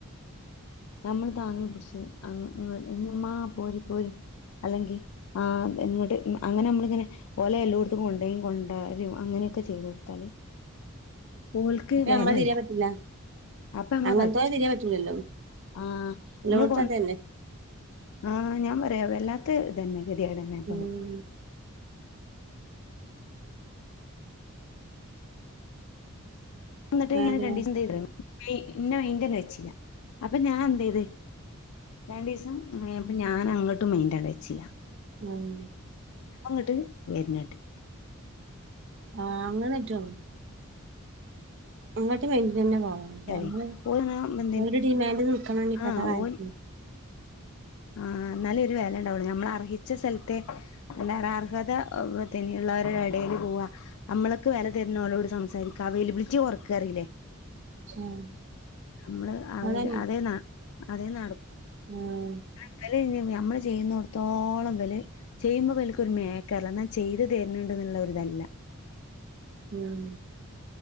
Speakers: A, on the left; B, on the right.
A: നമ്മൾ താങ്ങി പിടിച്ച് ഉമ്മ പോര് പോര് അല്ലെങ്കി ആ ഇങ്ങോട്ട് അങ്ങനെ നമ്മള് ഇങ്ങനെ ഓലെ എല്ലോടത്തും കൊണ്ടും കൊണ്ടരും അങ്ങനെയൊക്കെ ചെയ്ത് കൊടുത്താല് ഓൾക്ക്
B: അപ്പൊ
A: വെലല്ല
B: നമ്മളെ തീരെ പറ്റൂല
A: അപ്പൊ നമ്മള്
B: അങ്ങൻത്തോലെ
A: പറ്റും
B: തീരെ പറ്റൂലല്ലോ
A: ആ
B: എല്ലോട്ത്തും
A: മ്മ്ള് കൊ
B: അതന്നെ
A: ആ ഞാൻ പറയാ വല്ലാ ത് ഇതന്നെ ഗതികേട് ന്നെ അപ്പത്
B: ഉം
A: വന്നിട്ട്
B: അതെ
A: ഞാൻ രണ്ടീസം ദേ ഇ തേമാ ന്നെ മൈന്റനെ വെച്ചില്ല അപ്പൊ ഞാൻ എന്തെയ്ത് രണ്ടീസം അപ്പൊ ഞാൻ അങ്ങോട്ടും മയിൻ്റാ വെച്ചില്ല
B: ഉം
A: അങ്ങോട്ട് വർനെട്ട്
B: ആ അങ്ങനറ്റോ അങ്ങോട്ട് വേണ്ടി തന്നെ പോക നമ്മള്
A: ല്ലേ ഓന് എന്തിന്
B: അവര്ടെ ഡിമാൻഡ് ന് നിക്കണം ഇപ്പത്തെ
A: ആ
B: കാലത്ത്
A: ഓൽ ആ എന്നാലേ ഒരു വില ഉണ്ടാവുള്ളൂ നമ്മൾ അർഹിച്ച സ്ഥലത്തെ എന്താ അർഹത തനിയുള്ളവരുടെ ഇടയിൽ പോവ നമ്മൾക്ക് വില തരുന്നളോട് സംസാരിക്കാം അവൈലബിലിറ്റി കൊറക്കറിയില്ലേ
B: ഉം
A: നമ്മള് അവര്
B: അതന്നെ
A: അതേ ന അതേ നാട്
B: ഉം
A: ഇവല് ഇ നമ്മള് ചെയ്യുന്നിടത്തോളം ഇവല് ചെയ്യുമ്പോ ഇവല്ക്കൊരു മേക്കറല്ല എന്ന ചെയ്ത് തര്ന്നുണ്ട് എന്നുള്ളരിതല്ല
B: ഉം